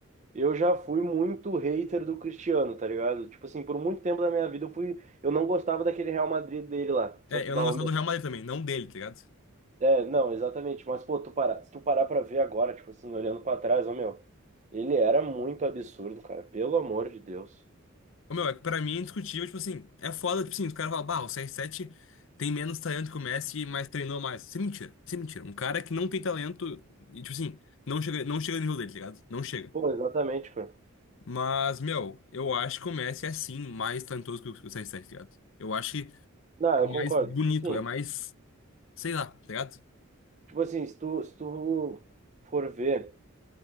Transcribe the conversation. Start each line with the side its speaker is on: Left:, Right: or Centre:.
Right: eu já fui muito hater do Cristiano, tá ligado? Tipo assim, por muito tempo da minha vida eu fui, eu não gostava daquele Real Madrid dele lá. Só
Left: É,
Right: que,
Left: eu
Right: bah,
Left: não gostava
Right: ô, meu,
Left: do Real Madrid também, não dele, tá ligado?
Right: é, não, exatamente, mas, pô, tu parar, se tu parar pra ver agora, tipo assim, olhando pra trás, ô, meu, ele era muito absurdo, cara, pelo amor de Deus.
Left: Ô, Meu, é que pra mim é indiscutível, tipo assim, é foda, tipo assim, os caras falam, bah, o CR7 tem menos talento que o Messi, mas treinou mais. Isso é mentira, isso é mentira. Um cara que não tem talento, e, tipo assim, não chega, não chega no nível dele, tá ligado? Não chega.
Right: Pô, exatamente, cara.
Left: Mas, meu, eu acho que o Messi é sim mais talentoso que o que o CR7, tá ligado? Eu acho que
Right: Não,
Left: ele
Right: eu concordo.
Left: é mais bonito,
Right: Tipo assim,
Left: é mais, sei lá, tá ligado?
Right: tipo assim, se tu, se tu for ver,